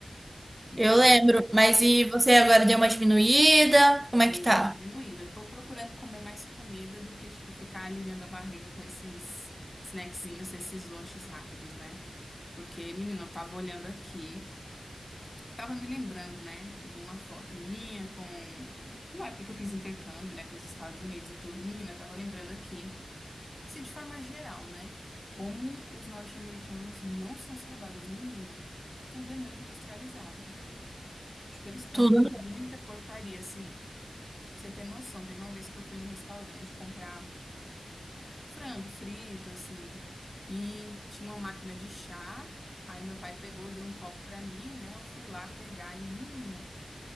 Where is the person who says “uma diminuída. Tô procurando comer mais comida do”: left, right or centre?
Left